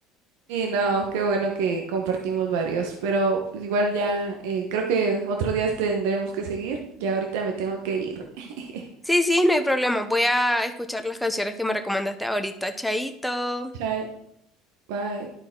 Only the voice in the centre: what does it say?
Sí, sí, no hay problema. Voy a escuchar las canciones que me recomendaste ahorita. Chaito.